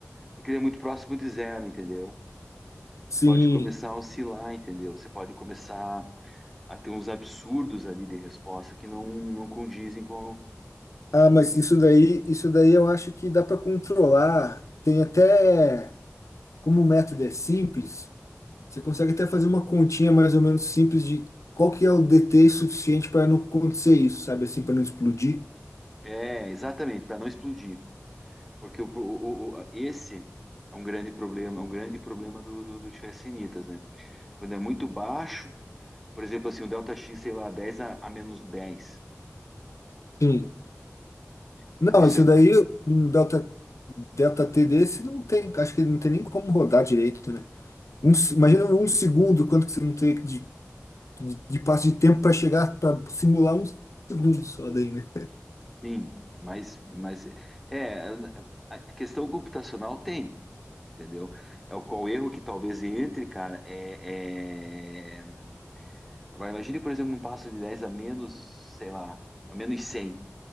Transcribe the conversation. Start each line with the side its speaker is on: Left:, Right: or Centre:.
Centre: porque ele é muito próximo de zero, entendeu?
Left: Sim.
Centre: E pode começar a oscilar, entendeu? Você pode começar a ter uns absurdos ali de resposta que não, não condizem com,
Left: Ah,
Centre: com
Left: mas
Centre: o que.
Left: isso daí, isso daí eu acho que dá para controlar. Tem até, como o método é simples, Você consegue até fazer uma continha mais ou menos simples de qual que é o DT suficiente para não acontecer isso, sabe? Assim, para não explodir.
Centre: É, exatamente, para não explodir. Porque o, pro- o, o- esse é um grande problema, é um grande problema do, do, do diferença initas, né? Quando é muito baixo, por exemplo, assim, o delta x, sei lá, 10 a, a menos dez
Left: Sim.
Centre: Então,
Left: Não,
Centre: isso
Left: isso
Centre: é,
Left: daí, um delta, delta T desse não tem, acho que não tem nem como rodar direito, né? Um se- imagina um segundo, quanto que você não tem de, de, de passo de tempo para chegar, para simular um segundo só daí, né?
Centre: Sim, mas, mas é, a questão computacional tem, entendeu? É o qual erro que talvez entre, cara, é, é- Agora, imagine, por exemplo, um passo de 10 a menos, sei lá, a menos 100.